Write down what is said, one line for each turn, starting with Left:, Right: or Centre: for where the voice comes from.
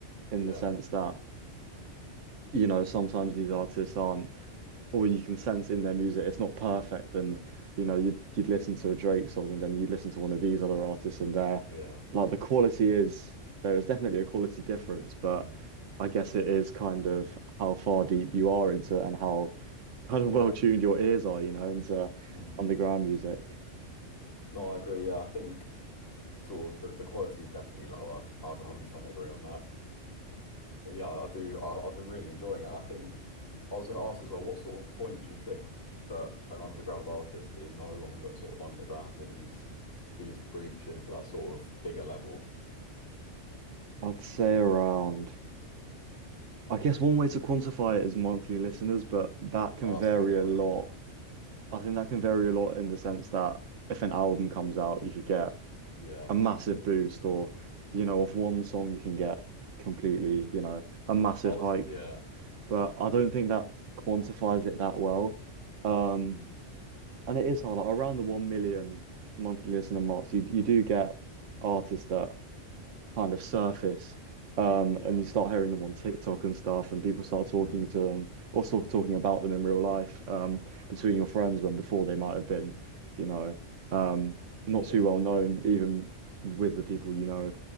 Right: in
Left: Yeah.
Right: the sense that, you know, sometimes these artists aren't or you can sense in their music it's not perfect and you know you'd you'd listen to a Drake song and then you listen to one of these other artists and they're
Left: Yeah.
Right: like the quality is there is definitely a quality difference but
Left: Mm.
Right: I guess it is kind of how far deep you are into it and how kind of
Left: Yeah.
Right: well tuned your ears are you know into
Left: Mm.
Right: underground music
Left: No, I agree. Yeah, I think sort of the, the quality is definitely lower. I'd 100% agree on that. But yeah, I I do. I, I've been really enjoying it. And I think I was going to ask as well, what sort of point do you think that an underground artist is no longer sort of underground and he's he's breached into that sort of bigger level?
Right: I'd say around I guess one way to quantify it is monthly listeners but that can
Left: Oh, that's
Right: vary
Left: a good point.
Right: a lot
Left: Yeah.
Right: I think that can vary a lot in the sense that if an album comes out you could get
Left: Yeah.
Right: a massive boost or you know off one song you can get completely you know a massive
Left: I was,
Right: hike
Left: yeah.
Right: but I don't think that quantifies it that well um
Left: Mm,
Right: and it is hard like, around the 1 million monthly listener marks you you do get artists that kind of surface. Um,
Left: yeah.
Right: and you start hearing them on TikTok and stuff, and people start talking
Left: Mm,
Right: to them or sort of talking about them in real life um, between your friends when before they might have been, you know, um, not
Left: yeah.
Right: too well known, even with the people you know